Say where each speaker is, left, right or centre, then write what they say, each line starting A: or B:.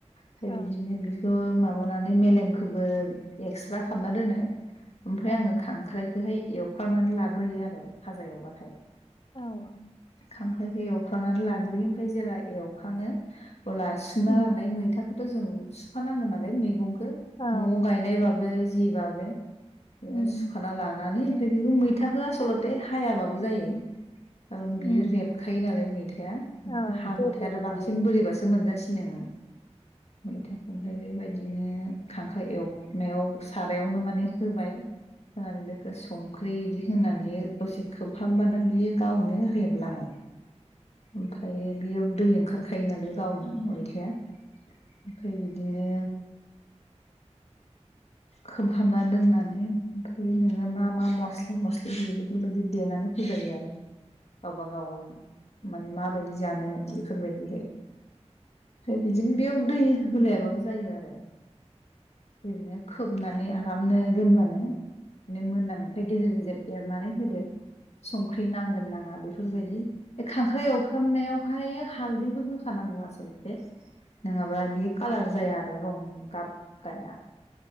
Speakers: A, on the left; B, on the left.
A: फा
B: औ
A: बिदिनो बिखौ मा बानानै मेलेमखोबो एक्स्रा खामना दोनो। ओमफाय
B: औ
A: आङो खांख्राइखोहाय एवखानानै लाग्रोयो आरो भाजा एवबाथाय।
B: औ औ
A: खांख्रायखौ एवफ्रांनानै लाग्रोयो ओमफाय जेला एव खाङो अबोला सुना
B: उम
A: लानाय मैथा खौथ' जों सुखानांगोन नालाय मैगं खो
B: औ
A: न'आव गायनायबाबो
B: औ
A: जि बा बो बे
B: उम
A: सुखाना लानानै <unintelligible> मैथाखो आसल'थे हायाबाबो जायो। ओं बियो
B: उम
A: रेबखायो नालाय मैथाया
B: औ
A: ओमफ्राय हाबा
B: गेब्लेखायो
A: थाय आरो बांसिन बोरैबासो मोनजासि नो मैथाखौ <unintelligible> बेबायदिनो खांख्राइ एवनायाव सारायावनो माने होबाय। होनानै बेखौ संख्रि इदि होनानै दसे खोबहाब बानो बियो गावनो रेबलाङो। ओमफायो बियाव दै ओंखारखायो नालाय गावनो <unintelligible> थाया ओमफाय बिदिनो खोबहाबना दोननानै ओमफाय नोंनो मा मा मस मस्लि होयो बेफोरबायदि देनानै होजायो आरो गावबा गाव माने माबायदि जानो बेफोरबायदिहाय। है बिदिनो बेव दै होलायाबाबो जायो आरो ओरैनो खोबना माने आरामनो दोनबानो माने मोनां ओमफ्राय गेजेर गेजेर एरनानै होदो। संख्रि नांगोन नाङा बे फोर बायदि खांख्राइ एवफ्रामनायाव ओमफ्रायो हालदैबो होखानांगौ आसलथे। नङाबा बियो कालार जाया आ रं गाब गाया।